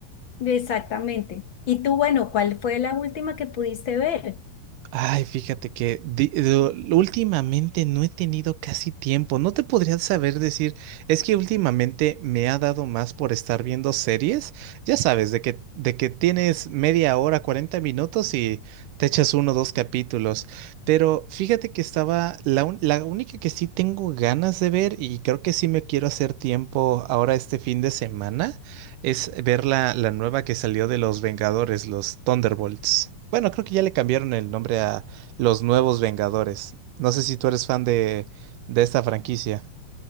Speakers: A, on the left (about 55°); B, on the right (about 80°).
A: Exactamente. Y tú, bueno, ¿cuál fue la última que pudiste ver?
B: Ay, fíjate que di- lo- últimamente no he tenido casi tiempo. No te podría saber decir, es que últimamente me ha dado más por estar viendo series. Ya sabes, de que, de que tienes media hora, 40 minutos y te echas uno o dos capítulos. Pero fíjate que estaba, la, un- la única que sí tengo ganas de ver y creo que sí me quiero hacer tiempo ahora este fin de semana es ver la, la nueva que salió de los Vengadores, los Thunderbolts. Bueno, creo que ya le cambiaron el nombre a los nuevos Vengadores. No sé si tú eres fan de, de esta franquicia.